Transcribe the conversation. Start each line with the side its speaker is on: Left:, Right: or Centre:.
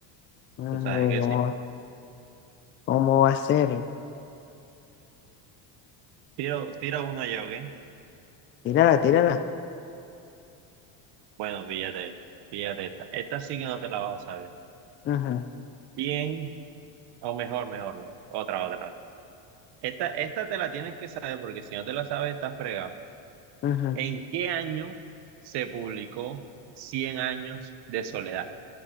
Left: Hombre,
Right: tú sabes que
Left: ¿cómo,
Right: sí.
Left: cómo va a ser?
Right: Tira, tira una ya, ¿ok?
Left: Tírala, tírala.
Right: Bueno, píllate, píllate esta. Esta sí que no te la vas a saber.
Left: Ujú,
Right: Bien, o mejor, mejor, mejor. Otra, otra. Esta, esta te la tienes que saber porque si no te la sabes, estás fregado.
Left: ujú,
Right: ¿En qué año se publicó cien años de soledad?